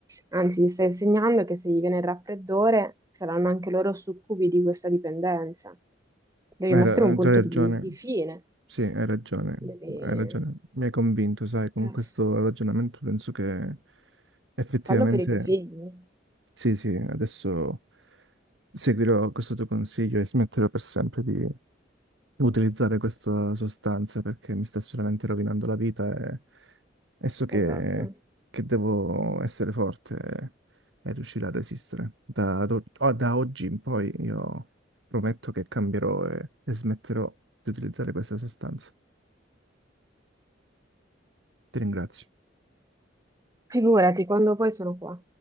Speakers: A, on the right; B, on the right.
A: Anzi, gli stai insegnando che se gli viene il raffreddore saranno anche loro succubi di questa dipendenza. Devi
B: hai
A: mettere
B: ra-
A: un
B: hai
A: punto
B: già ragione.
A: di, di fine,
B: Sì, hai ragione.
A: devi...
B: Hai ragione. Mi hai convinto, sai, con
A: eh,
B: questo ragionamento penso che effettivamente.
A: fallo per i tuoi figli.
B: Sì, sì, adesso seguirò questo tuo consiglio e smetterò per sempre di utilizzare questa sostanza perché mi sta solamente rovinando la vita e, e so che,
A: Esatto.
B: che devo essere forte e, e riuscire a resistere. Da, ad o- o- da oggi in poi io prometto che cambierò e, e smetterò di utilizzare questa sostanza. Ti ringrazio.
A: Figurati, quando poi sono qua.